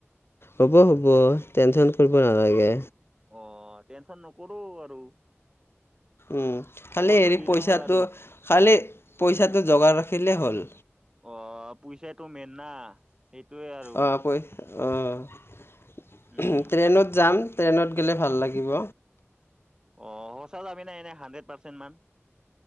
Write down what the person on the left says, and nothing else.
হ'ব হ'ব, টেনছন কৰিব নালাগে।
উম।
খালি হেৰি
পইচাটো
খালি পইচাটো জোগাৰ ৰাখিলে হ'ল।
অঁ পই অঁ।
ট্ৰেইনত যাম। ট্ৰেইনত গেলে ভাল লাগিব।